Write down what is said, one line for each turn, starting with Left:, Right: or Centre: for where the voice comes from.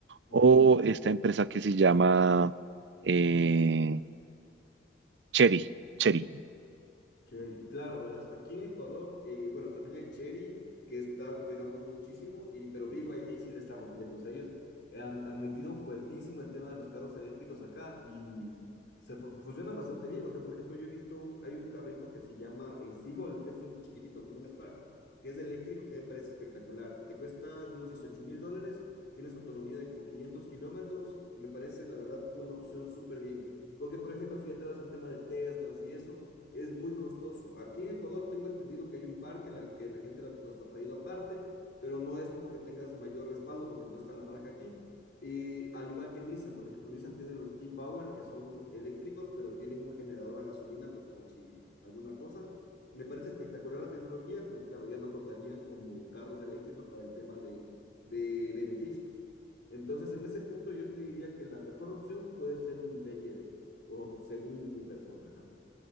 Left: Ujú.
Right: o esta empresa que se llama eh, Chery, Chery.
Left: Cherry, claro, verás, aquí en Ecuador, eh, bueno, también hay Cherry que está pegando muchísimo, y, pero BYD sí le está rompiendo. O sea, ellos han, han metido fuertísimo el tema de los carros eléctricos acá y se fu- funcionan bastante bien. O sea, por ejemplo, yo he visto, un, hay un carrito que se llama eh, Seagull, que es un chiquitito, como un Spark, que es eléctrico, que me parece espectacular. Te cuesta unos dieciocho mil dólares, tienes autonomía de como 500 kilómetros, me parece, la verdad, una opción súper bien. Porque, por ejemplo, si ya te vas al tema de Teslas y eso, es muy costoso. Aquí en Ecuador tengo entendido que hay un par que la, que la gente los ha traído aparte, pero no es como que tengas mayor respaldo porque no está la marca aquí. Y al igual que Nissan, por ejemplo, Nissan tiene los e-Power que son eléctricos, pero tienen un generador a gasolina, pues por si alguna cosa. Me parece espectacular la tecnología, pero claro, ya no contarían como carros eléctricos para el tema de, de beneficios. Entonces, en ese punto yo te diría que la mejor opción puede ser un BLD, o según mi persona. Ajá.